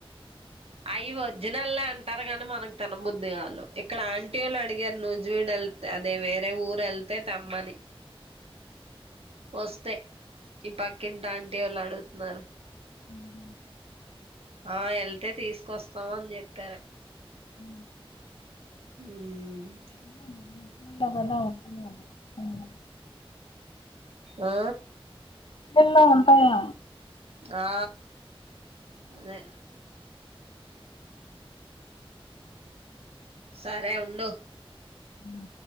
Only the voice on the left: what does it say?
ఉమ్
ఊ
<unintelligible>
ఎల్లో ఉంటాయా
ఆ